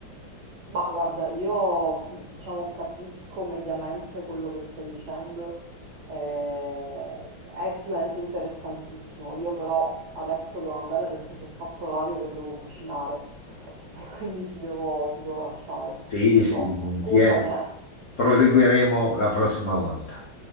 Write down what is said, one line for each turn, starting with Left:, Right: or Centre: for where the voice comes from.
Right: Ma guarda, io diciamo capisco mediamente quello che stai dicendo, eh, è sicuramente interessantissimo. Io però adesso devo andare perché si è fatto orario che devo cucinare <laughs> e quindi ti devo, ti devo lasciare,
Left: Sì,
Right: purtroppo.
Left: sì, volentieri.
Right: Scusami, eh.
Left: Proseguiremo la prossima volta.